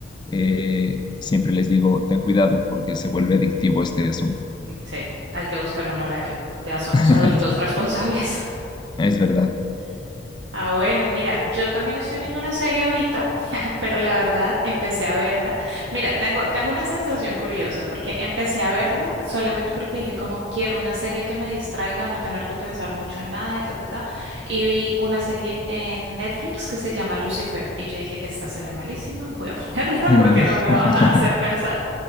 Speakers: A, on the left; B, on the right.
A: eh, siempre les digo, ten cuidado porque se vuelve adictivo este asunto.
B: Sí, hay que buscar un horario. Ya somos
A: <laughs>
B: adultos responsables.
A: Es verdad.
B: Ah, bueno, mira, yo también estoy viendo una serie ahorita, <laughs> pero la verdad empecé a verla. Mira, tengo, tengo una sensación curiosa porque empecé a verla solamente porque dije como quiero una serie que me distraiga, no tener que pensar mucho en nada y ta, ta, ta. Y vi una serie en Netflix que se llama Lucifer y yo dije, esta se ve malísima, voy a ponerla
A: Mm.
B: <laughs> porque no me va
A: <laughs>
B: a hacer pensar.